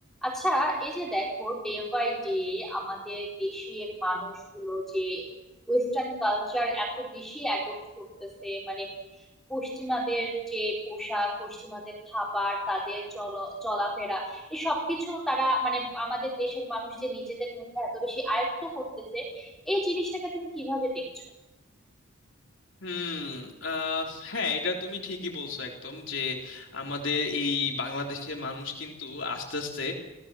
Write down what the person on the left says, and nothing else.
হুম আহ, হ্যাঁ এটা তুমি ঠিকই বলছো একদম যে আমাদের এই বাংলাদেশের মানুষ কিন্তু আস্তে আস্তে